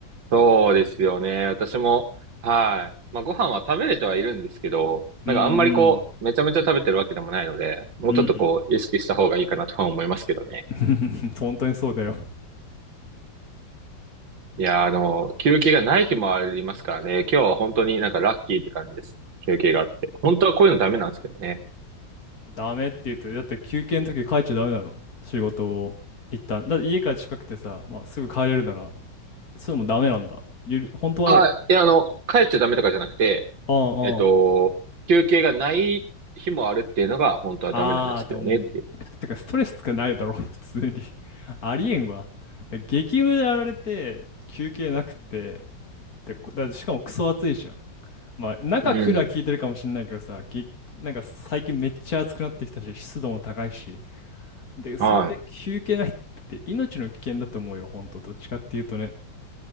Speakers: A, on the right; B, on the left.
A: そうですよね。私も、はい。まあ、ご飯は食べれてはいるんですけど、
B: うんうん。
A: なんかあんまりこう、めちゃめちゃ食べてるわけでもないので、もうちょっとこう、
B: うんうん。
A: 意識した方がいいかなとは思いますけどね。
B: <laughs> 本当にそうだよ。
A: いやー、あの、休憩がない日もありますからね。今日は本当になんかラッキーって感じです。休憩があって。本当はこういうのダメなんですけどね。
B: ダメって言うと、だって休憩の時帰っちゃダメなの。仕事を一旦。だって家から近くてさ、まあ、すぐ帰れるならそれもダメなんだ。ゆる、本当は、
A: あ、
B: う
A: いや、あの、帰っちゃダメとかじゃなくて、
B: んうん。
A: えっと、休憩がない日もあるっていうのが本当はダメなんですけどねって
B: ああ、でも、うん <laughs> てかストレスつかないだろ、<laughs> 普通に。<laughs> ありえんわ。だ激務でやられて、休憩なくて、で、こだしかもクソ暑いじゃん。まあ、中クーラー効いてるかもしんないけどさ、
A: いう。
B: ぎ、なんか最近めっちゃ暑くなってきたし、湿度も高いし。で、それで休憩ないって命の危険だと思うよ、
A: うん。はい。
B: ほんと。どっちかっていうとね。